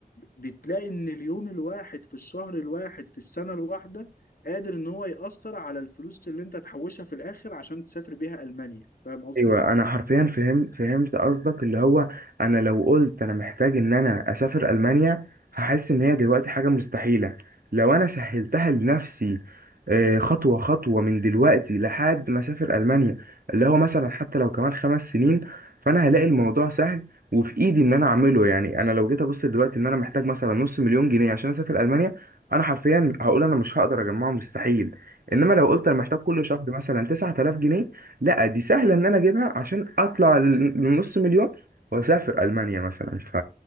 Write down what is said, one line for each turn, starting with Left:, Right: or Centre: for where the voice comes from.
Left: بتلاقي ان اليوم الواحد في الشهر الواحد في السنة الواحدة قادر ان هو يأثر على الفلوس اللي انت تحوشها في الاخر عشان تسافر بيها ألمانيا فاهم قصدي؟
Right: ايوه انا حرفيا فهمت فهمت قصدك اللي هو انا لو قلت انا محتاج ان انا اسافر المانيا هحس ان هي دلوقتي حاجه مستحيله لو انا سهلتها لنفسي آه، خطوه خطوه من دلوقتي لحد ما اسافر المانيا اللي هو مثلا حتى لو كمان خمس سنين فانا هلاقي الموضوع سهل وفي ايدي ان انا اعمله يعني انا لو جيت ابص دلوقتي ان انا محتاج مثلا نص مليون جنيه عشان اسافر المانيا انا حرفيا هقول انا مش هقدر اجمعه مستحيل انما لو قلت انا محتاج كل شهر مثلا 9000 جنيه لا دي سهله ان انا اجيبها عشان اطلع لنص مليون واسافر المانيا مثلا ف